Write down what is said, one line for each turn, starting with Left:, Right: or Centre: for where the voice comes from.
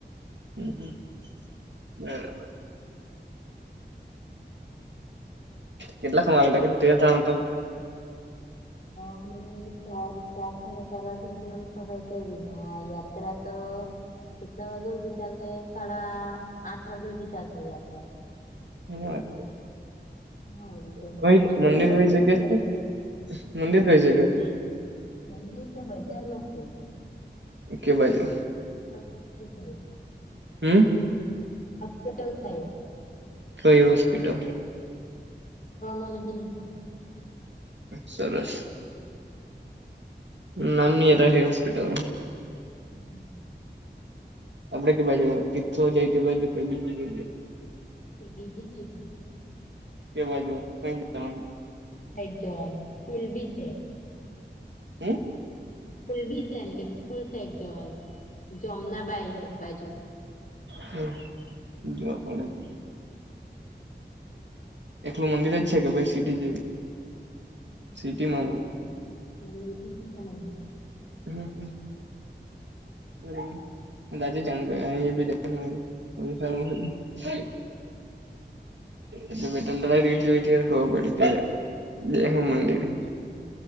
Right: હમ હમ બરાબર. કેટલા તૈયાર થવાના તા
Left: હા મને ચાર ચાર સાડા ચાર વાગે બી અમે સફાઈ કરી ને આ યાત્રા તો કેટલા વાગ્યા સુધી ચાલશે સાડા આઠ વાગ્યા સુધી ચાલશે યાત્રા
Right: હુ વાત
Left: હા રીતે
Right: કરો
Left: કેટલી
Right: કઈ મંદિરવાલી
Left: પબ્લિક
Right: જગ્યા છે મંદિર
Left: હે
Right: કઈ જગ્યા હતુ.
Left: મંદિર બજાર મા છે.
Right: કે બાજુ.
Left: <unintelligible>
Right: હમ
Left: હોસ્પિટલ સાઇટ.
Right: કઈ હોસ્પિટલ.
Left: તો મને બી નઈ ખબર.
Right: સરસ નામની રહે હોસ્પિટલ.
Left: હમ
Right: આપડે કે બાજુ તીર્થો જાય તોજી
Left: બીજી બીજી
Right: કે બાજુ કઈદાણ.
Left: થાઈજવાનુ સ્કૂલ બી છે.
Right: હમ
Left: ફુલ બી છે એમ કેમ ફુલ સાઈડ જવાનું જમના બા બાજુ.
Right: હ જોવા પણ
Left: હમ
Right: તો. એકલું મંદિર જ છે કે ભાઈ સિટી જેવી.
Left: હમ
Right: સિટીમાં
Left: કીપ ત મમ પીપી મામામ
Right: હમ હમ દાજે ચંગ બી હલો ફેડ <inaudible>